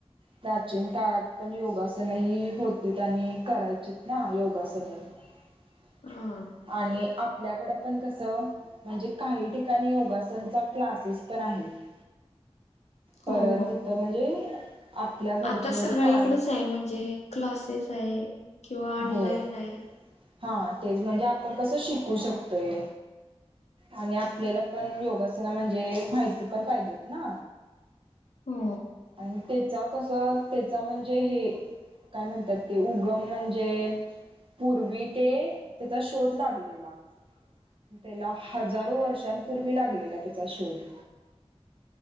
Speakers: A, on the right; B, on the left.
A: प्राचीन काळात पण योगासन ह होती आणि करायचीत ना योगासनही ह
B: ह
A: आणि <inaudible> आपल्याकडं पण कसं म्हणजे काही ठिकाणी योगासनचा क्लासेस पण आहेत परत
B: हो हो.
A: तिथं म्हणजे आपल्या घरची
B: आता
A: म्हणजे
B: सगळीकडेच
A: पाल
B: आहे म्हणजे क्लासेस आहे किंवा ऑनलाइन
A: होय.
B: आहे
A: हा तेच म्हणजे आपण कसं शिकू शकतोय आणि आपल्याला पण योगासना म्हणजे माहिती पण पाहिजेत ना
B: हो
A: आणि ते प स त्या म्हणजे काय म्हणतात ते उम म्हणे म्हणजे पूर्वी ते त्याचा शोध लागलेला त्याला हजारो वर्षांपूर्वी लागलेला त्याचा शोध